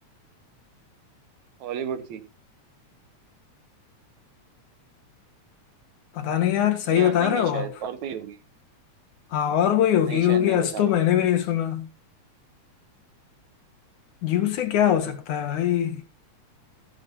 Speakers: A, on the right; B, on the left.
A: हॉलीवुड की
B: पता नहीं यार सही
A: नहीं यार
B: बता
A: नहीं
B: रहे
A: है
B: हो
A: शायद
B: आप
A: और कोई होगी
B: हाँ और कोई होगी
A: नहीं
B: होगी
A: शायद नहीं
B: आज
A: बता
B: तो
A: रहा
B: मैंने
A: हूँ
B: भी नहीं सुना यू से क्या हो सकता है भाई